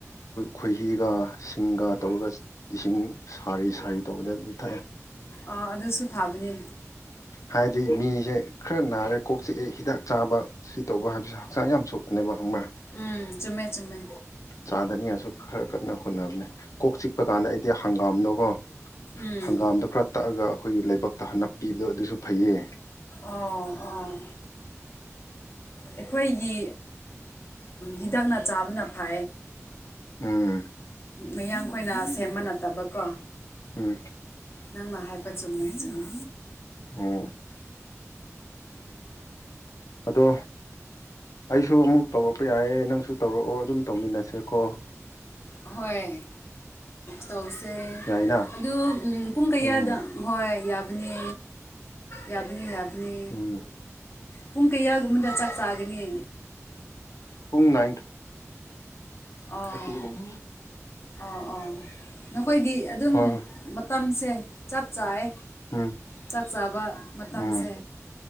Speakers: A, on the left; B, on the left.
A: ꯈꯣꯏꯍꯤꯒ ꯁꯤꯡꯒ ꯇꯧꯔꯒ ꯏꯁꯤꯡ ꯁꯥꯔꯤ ꯁꯥꯔꯤ ꯇꯧꯕꯗ ꯑꯗꯨ ꯊꯛꯑꯦ
B: ꯑꯥ ꯑꯗꯨꯁꯨ ꯐꯕꯅꯦ
A: ꯍꯥꯏꯗꯤ ꯃꯤꯁꯦ ꯈꯔ ꯅꯥꯔꯦ ꯀꯣꯛꯆꯤꯛꯑꯦ ꯍꯤꯗꯥꯛ ꯆꯥꯕ ꯁꯤ ꯇꯧꯕ ꯍꯥꯏꯕꯁꯦ ꯍꯛꯆꯥꯡ ꯌꯥꯝ ꯁꯣꯛꯄꯅꯦꯕ ꯍꯪꯕ꯭ꯔꯥ
B: ꯎꯝ ꯆꯨꯝꯃꯦ ꯆꯨꯝꯃꯦ
A: ꯆꯥꯗꯅꯤꯉꯁꯨ ꯈꯔ ꯀꯟꯅ ꯍꯣꯠꯅꯕꯅꯦ ꯀꯣꯛ ꯆꯤꯛꯄ ꯀꯥꯟꯗ ꯑꯩꯗꯤ ꯍꯪꯒꯥꯝꯗꯣꯀꯣ
B: ꯎꯝ
A: ꯍꯪꯒꯥꯝꯗꯣ ꯈꯔ ꯇꯛꯑꯒ ꯑꯩꯈꯣꯏꯒꯤ ꯂꯥꯏꯕꯛꯇ ꯍꯟꯅꯄꯤꯤꯕꯗꯣ ꯑꯗꯨꯁꯨ ꯐꯩꯌꯦ
B: ꯑꯣ ꯑꯣꯥ ꯑꯩꯈꯣꯏꯒꯤ ꯍꯤꯗꯥꯛꯅ ꯆꯥꯕꯅ ꯐ
A: ꯎꯝ
B: ꯃꯌꯥꯡꯈꯣꯏꯅ ꯁꯦꯝꯕ ꯅꯠꯇꯕꯀꯣ
A: ꯎꯝ
B: ꯅꯪꯅ ꯍꯥꯏꯕ ꯆꯨꯝꯃꯦ ꯆꯨꯝꯃꯤ
A: ꯑꯝ ꯑꯗꯣ ꯑꯩꯁꯨ ꯑꯃꯨꯛ ꯇꯧꯔꯛꯄ ꯌꯥꯏꯌꯦ ꯅꯪꯁꯨ ꯇꯧꯔꯛꯑꯣ ꯑꯗꯨꯝ ꯇꯧꯃꯤꯟꯅꯁꯦꯀꯣ
B: ꯑꯍꯣꯏ ꯇꯧꯁꯦ
A: ꯌꯥꯏꯅ
B: ꯑꯗꯨ ꯄꯨꯡ ꯀꯌꯥꯗ
A: ꯎꯝ
B: ꯍꯣꯏ ꯌꯥꯕꯅꯤ ꯌꯥꯕꯅꯤ ꯌꯥꯕꯅꯤ
A: ꯎꯝ
B: ꯄꯨꯡ ꯀꯌꯥꯒꯨꯝꯕꯗ ꯆꯥꯛ ꯆꯥꯒꯅꯤ
A: ꯄꯨꯡ ꯅꯥꯏꯟ ꯊꯥꯔꯇꯤꯒꯨꯝꯕ
B: ꯑꯣꯥ
A: ꯍꯣꯏ
B: ꯑꯥ ꯑꯣꯥ ꯅꯈꯣꯏꯗꯤ ꯑꯗꯨꯝ
A: ꯍꯣꯏ
B: ꯃꯇꯝꯁꯦ ꯆꯞ ꯆꯥꯑ
A: ꯎꯝ
B: ꯆꯥꯛ ꯆꯥꯕ ꯃꯇꯝꯁꯦ
A: ꯎꯝ